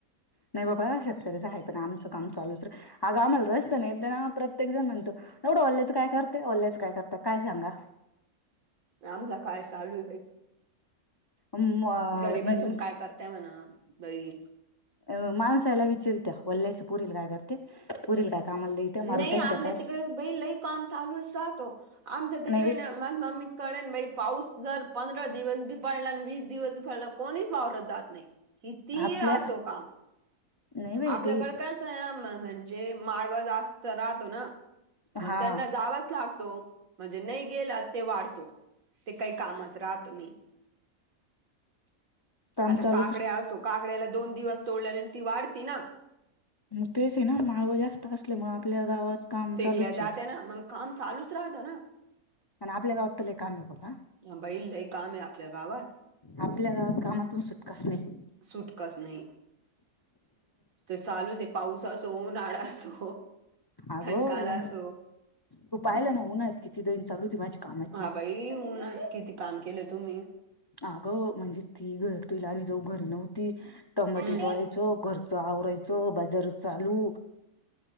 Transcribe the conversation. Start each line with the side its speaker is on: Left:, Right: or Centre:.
Left: नाही बाबा शेतकऱ्याच आहे पण आमचं काम चालूच हा अगं आम्हाला जायचं होतं ना एक दाना प्रत्येक जण म्हनतो येवढं ओलेच काय करते ओलेच काय करते काय सांगा
Right: आमला काय चालूय बाई
Left: म्हणजे
Right: घरी बसून काय करताय म्हणा बई
Left: अ मानसाला विचारीत वल्याच पोरीला कायरते पो रील काय कामाला लईत्या मारून
Right: नाही
Left: टाकीत्या
Right: आपल्या
Left: काय
Right: तिकडे बई लई काम चालूच राहतो आमच्या तिकडे
Left: नाही बाई
Right: ना माझ मम्मी कडे बाइ पाऊस जर पंधरा दिवस बी पडला आणि वीस दिवस बी पडला कोणीच वावरत जात नाही किती
Left: आपल्या.
Right: असो काम
Left: नाही बाई
Right: आपल्याकडे
Left: ते
Right: काय अस म्हणजे माळव जास्त राहतो ना मग
Left: हा
Right: त्यांना जावच लागतो. म्हणजे नाही गेला ते वाढतो ते काही कामच राहतो नाही.
Left: <inaudible>
Right: आता
Left: चालूच
Right: काकड्या असो काकड्याला दोन दिवस तोडल्या नाही ती वाढती ना
Left: मग तेच येना माळव जास्त असले मग आपल्या गावात काम
Right: फेकल्या
Left: चालूचे
Right: जाते ना मग काम चालूच राहतं ना
Left: आणि आपल्या गावात त लइ काम ये बाबा
Right: बाई लई काम आहे आपल्या गावात
Left: आपल्या गावात कामातून सुटकाच नाही.
Right: सुटकाच नाही. त चालूच आहे पाऊस असो उनाळा असो.
Left: अगं
Right: थंडकाळा
Left: ऊन
Right: असो
Left: तू पाहिला ना उन्हाळ्यात किती दन चालू होती माझी कामाची
Right: हा बाई उनात किती काम केलं तुम्ही
Left: अगं म्हणजे ती घर तुईला आणि जो घरी नव्हती तंबाटे
Right: हम्म
Left: तोडायचं घर च आवरायच बाजार चालू